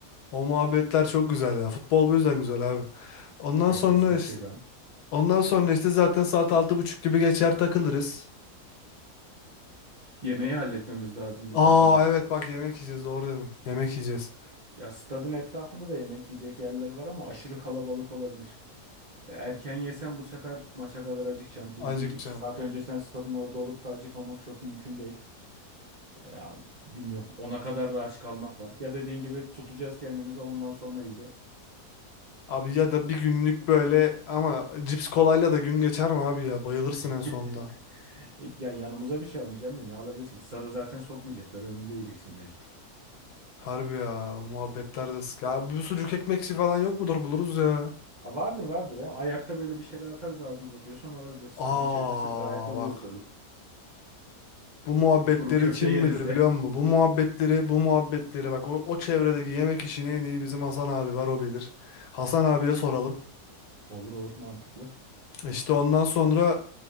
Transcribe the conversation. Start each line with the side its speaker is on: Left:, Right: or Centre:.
Left: O muhabbetler çok güzel ya. Futbol bu yüzden güzel abi. Ondan
Right: Ya
Left: sonra
Right: kesinlikle
Left: işte,
Right: canım.
Left: ondan sonra işte zaten saat altı buçuk gibi geçer takılırız.
Right: Yemeği halletmemiz lazım bir
Left: Aa
Right: de arada.
Left: evet bak yemek yiyeceğiz doğru dedin. Yemek yiyeceğiz.
Right: Ya stadın etrafında da yemek yiyecek yerler var ama aşırı kalabalık olabilir. E, Erken yesen bu sefer maça kadar acıkacaksın. Bir,
Left: Acıkacaksın.
Right: bir iki saat öncesinden stadın orada olup da acıkmamak çok mümkün değil. E, Ya, bilmiyorum. Ona kadar da aç kalmak var. Ya dediğin gibi tutacağız kendimizi ondan sonra yiyeceğiz.
Left: Abi ya da bir günlük böyle ama cips kolayla da gün geçer mi abi ya? Bayılırsın
Right: <laughs>
Left: en sonunda.
Right: E, Ya yanımıza bir şey almayacaksın da ne alabilirsin? ki? Stada zaten sokmayacaklar. Önünde yiyeceksin mecbur.
Left: Harbi ya o muhabbetler de sık. Ya bir sucuk ekmekçi falan yok mudur buluruz ya.
Right: Ya vardır vardır. Ya. Ayakta böyle bir şeyler atarız ağzımıza diyorsan olabilir. Stadın
Left: Aa
Right: çevresi gayet oluyor
Left: bak.
Right: dolu.
Left: Bu muhabbetleri
Right: Bir kuru köfte
Left: kim
Right: yeriz
Left: bilir
Right: ya.
Left: biliyor musun? Bu muhabbetleri bu muhabbetleri bak o, o çevredeki yemek işini en iyi bizim Hasan abi var o bilir. Hasan abiye soralım.
Right: <laughs> Olur olur mantıklı.
Left: İşte ondan sonra